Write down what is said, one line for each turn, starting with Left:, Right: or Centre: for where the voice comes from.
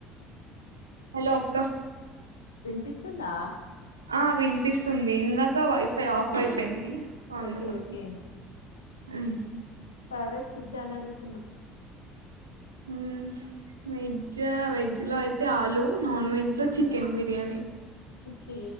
Right: హలో అక్కా
Left: వినిపిస్తుందా
Right: ఆ వినిపిస్తుంది ఇందాక వైఫై ఆఫ్ అయిపోయింది సో అందుకోసం
Left: ఓకే ఓకే
Right: ఉమ్
Left: ఫేవరెట్ ఫుడ్ అని అడుగుతున్న
Right: హ వెైజ్జ వెైజ్జ్ లో అయితే యితే ఆలుూ నాన్ వెజ్ లో చికెన్ బిర్యానీ
Left: ఓకే